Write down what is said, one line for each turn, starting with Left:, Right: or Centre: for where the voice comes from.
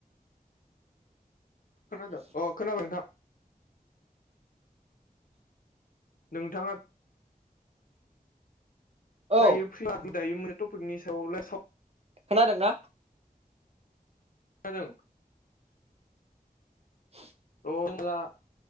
Left: खोनादों अ खोनाबाय नोंथां नोंथाङा
Right: औ
Left: दायो फ्रि दायो मोनसे टपिकनि सायाव सा
Right: खोनादों ना
Left: खोनादों
Right: <inaudible>
Left: <unintelligible>